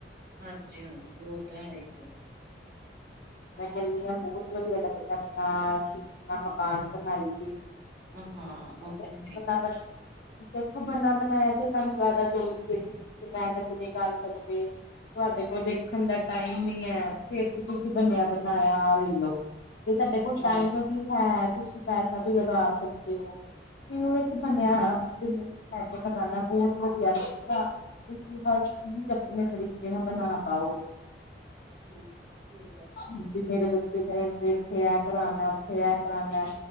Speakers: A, on the right; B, on the left.
A: ਹਾਂਜੀ -ਹਾਂਜੀ, ਉਹ ਤਾਂ ਹੈ ਹੀ ਹੈ।
B: ਵੈਸੇ ਨਿਯਮ ਬਹੁਤ ਵਧੀਆ ਲੱਗਦਾ, ਆਪਣਾ ਅਸੀਂ ਆਪਣਾ ਮਕਾਨ ਬਣਾਈਏ।
A: ਹਾਂ ਹਾਂ ਉਹ ਤੇ ਹੈ
B: <unintelligible> ਦੇਖੋ ਬਨਾ ਬਣਾਇਆ, ਜੇ ਤੁਹਾਨੂੰ ਜ਼ਿਆਦਾ ਜ਼ਰੂਰੀ ਹੈ ਜੀ, ਤੁਸੀਂ ਮਿਹਨਤ ਨਹੀਂ ਕਰ ਸਕਦੇ। ਤੁਹਾਡੇ ਕੋਲ ਦੇਖਣ ਦਾ ਟਾਈਮ ਨੀ ਹੈ, ਫਿਰ ਤੁਸੀਂ ਜੀ ਬਣਿਆ ਬਣਾਇਆ ਲੈ ਲਉ। ਤੇ ਤੁਹਾਡੇ ਕੋਲ
A: ਹੂੰ
B: ਟਾਈਮ ਵੀ ਹੈ, ਤੁਸੀਂ ਪੈਸਾ ਵੀ ਲਗਾ ਸਕਦੇ ਹੋ? ਤੇ ਉਹ ਬਣਿਆ,
A: ਹਾਂ-ਹਾਂ,
B: ਜਮੀਨ ਲੈ ਕੇ ਬਣਾਉਣਾ, ਬਹੁਤ ਵਧੀਆ ਲੱਗੇਗਾ। ਤੁਸੀਂ ਹਰ ਚੀਜ਼, ਆਪਣੇ ਤਰੀਕੇ ਨਾਲ ਬਣਾ ਪਾਓਗੇ।
A: ਹਮ- ਹਮ।
B: ਜਿਵੇ ਮੇਰੇ ਬੱਚੇ ਕਹਿੰਦੇ, ਇਥੇ ਐ ਕਰਾਉਣਾ, ਉਥੇ ਐ ਕਰਾਉਣਾ।